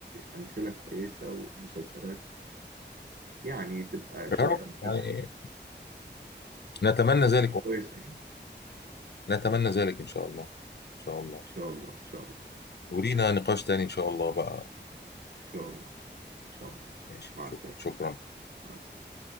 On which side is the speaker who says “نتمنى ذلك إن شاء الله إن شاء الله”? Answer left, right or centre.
Left